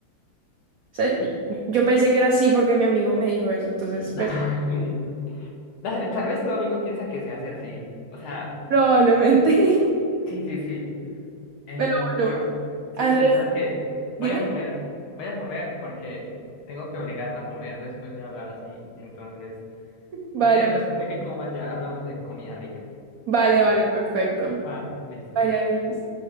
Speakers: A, on the right (about 80°); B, on the left (about 70°).
A: O sea, y- yo pensé que era así porque mi amigo me dijo eso, entonces,
B: <laughs> dale,
A: pues,
B: dale. Tal vez tu amigo piensa que se hace así. O sea,
A: probablemente. <laughs>
B: sí, sí, sí. Eh,
A: Pero
B: bueno,
A: bueno, Andrés,
B: sí, sí, ¿sabes qué? Voy
A: dime.
B: a comer, voy a comer porque tengo que obligarme a comer después de hablar así. Entonces,
A: Vale,
B: si quieres, después de que coma, ya hablamos de comida rica.
A: vale,
B: Mm,
A: vale, perfecto.
B: Va, listo,
A: Vale,
B: dale.
A: adiós.